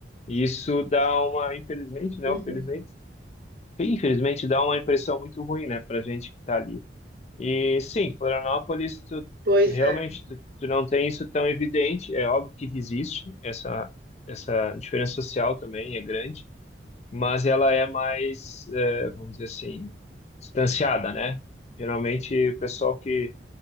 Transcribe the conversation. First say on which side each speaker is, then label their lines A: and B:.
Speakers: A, on the left; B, on the right.
A: E isso dá uma, infelizmente, né?
B: Uhum.
A: Infelizmente, infelizmente dá uma impressão muito ruim, né, Para gente que está ali. E sim, Florianópolis, tu,
B: Pois
A: realmente
B: é.
A: tu, tu não tem isso tão evidente. É óbvio que existe essa essa diferença social também é grande, mas ela é mais, é, vamos dizer assim, distanciada, né? Geralmente o pessoal que